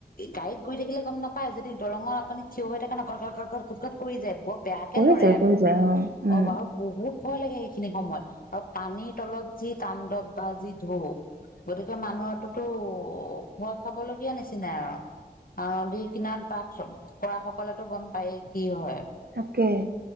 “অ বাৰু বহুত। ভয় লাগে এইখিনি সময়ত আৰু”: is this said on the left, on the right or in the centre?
Left